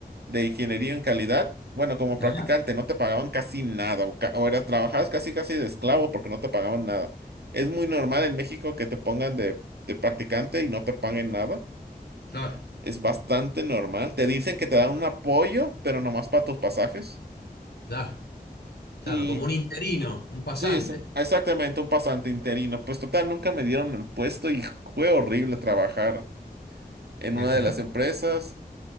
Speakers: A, on the right; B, on the left.
A: de ingeniería en calidad. Bueno, como
B: Ajá.
A: practicante no te pagaban casi nada o, ca- o era trabajabas casi casi de esclavo porque no te pagaban nada. Es muy normal en México que te pongan de, de practicante y no te paguen nada.
B: Claro,
A: Es bastante normal. Te dicen que te dan un apoyo, pero nomás para tus pasajes.
B: claro, claro,
A: Y
B: como un interino, un pasante.
A: sí, es- exactamente, un pasante interino. Pues total, nunca me dieron el puesto y fue horrible trabajar en
B: Qué
A: una
B: feo.
A: de las empresas.